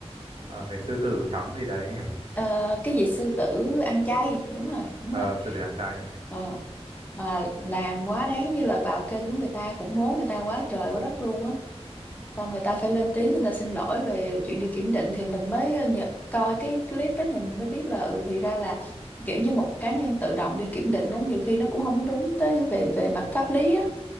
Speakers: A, on the right; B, on the left.
A: Ờ, cái sư tử trắng gì đấy. <laughs>
B: Ờ, cái gì sư tử ăn chay đúng rồi đúng
A: Ờ,
B: rồi
A: sư tử ăn chay.
B: ờ mà làm quá đáng giống như là vào kênh của người ta khủng bố người ta quá trời quá đất luôn á xong người ta phải lên tiếng người ta xin lỗi về chuyện đi kiểm định thì mình mới ờ, nhận, coi cái clip đó thì mình mới biết là ừ thì ra là kiểu như một cá nhân tự động đi kiểm định đó nhiều khi nó cũng không có đúng tới về về mặt pháp lý á